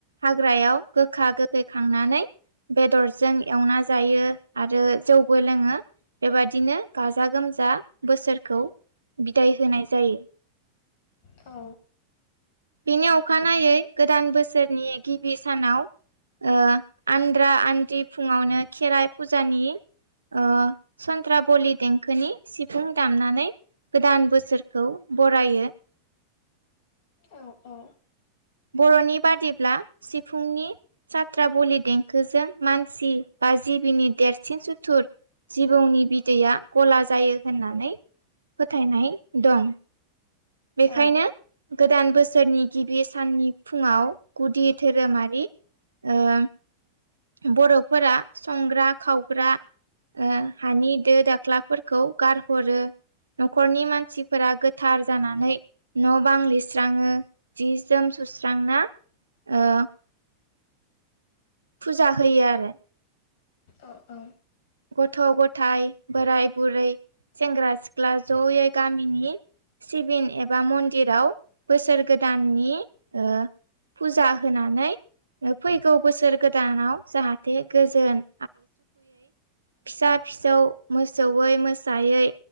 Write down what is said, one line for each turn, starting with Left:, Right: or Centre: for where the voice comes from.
Right: हाग्रायाव गोखा गोखै खांनानै बेदरजों एवना जायो आरो जौबो लोङो। बेबादिनो गाजा गोमजा बोसोरखौ बिदाय होनाय जायो।
Left: औ।
Right: बेनि अखानायै गोदान बोसोरनि गिबि सानाव ओ आन्द्रा आन्द्रि फुङावनो खेराइ फुजानि ओ सन्द्रा बलि देंखोनि सिफुं दामनानै गोदान बोसोरखौ बरायो।
Left: औ औ।
Right: बर'नि बादिब्ला सिफुंनि सात्रा बलि देंखोजों मानसि आ जिबिनि देरसिन सुथुर जिबौनि बिदैया गला जायो होननानै फोथायनाय दं। बेखायनो
Left: औ
Right: गोदान बोसोरनि गिबि साननि फुङाव गुदि धोरोमारि ओ बर'फोरा संग्रा खावग्रा ओ हानि दो दाख्लाफोरखौ गारहरो न'खरनि मानसिफोरा गोथार जानानै न' बां लिरस्राङो, जि जोम सुस्रांना ओ फुजा होयो आरो।
Left: औ औ।
Right: गथ' गथाइ, बोराइ बुरै, सेंग्रा सिख्ला ज'यै गामिनि सिबिन एबा मन्दिराव बोसोर गोदाननि ओ फुजा होनानै फैगौ बोसोर गोदानाव जाहाथे गोजोन फिसा फिसौ मोसौैयै मोसायै